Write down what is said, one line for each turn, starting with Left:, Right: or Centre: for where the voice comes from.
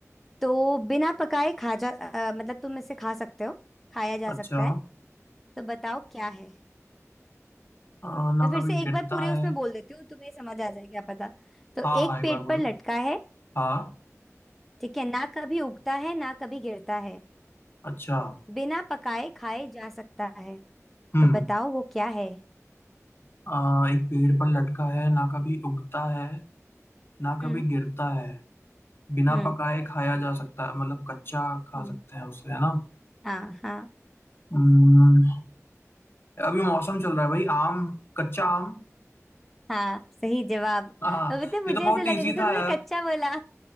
Centre: तो बिना पकाए खा जा अ, मतलब तुम इसे खा सकते हो खाया जा
Left: अच्छा
Centre: सकता है तो बताओ क्या है
Left: अ, ना
Centre: मैं फिर
Left: कभी
Centre: से एक
Left: गिरता
Centre: बार पूरे
Left: है
Centre: उसमें बोल देती हूँ तुम्हें समझ आ जाए क्या पता तो
Left: हाँ
Centre: एक
Left: हाँ एक
Centre: पेड़
Left: बार बोलो
Centre: पर लटका है
Left: हाँ
Centre: ठीक है ना कभी उगता है ना कभी गिरता है
Left: अच्छा
Centre: बिना पकाए खाए जा सकता है
Left: हम्म
Centre: तो बताओ वो क्या है
Left: अ, एक पेड़ पर लटका है ना कभी उगता है ना कभी
Centre: हम्म
Left: गिरता है बिना
Centre: हम्म
Left: पकाए खाया जा सकता है मतलब कच्चा खा
Centre: हम्म
Left: सकते हैं उसे है ना
Centre: हाँ हाँ
Left: हम्म। अभी मौसम चल रहा है भाई आम कच्चा आम
Centre: हाँ सही जवाब
Left: हाँ
Centre: अब तो मुझे
Left: ये तो बहुत
Centre: ऐसे लगे
Left: इजी
Centre: जैसे
Left: था
Centre: तुमने
Left: यार
Centre: कच्चा बोला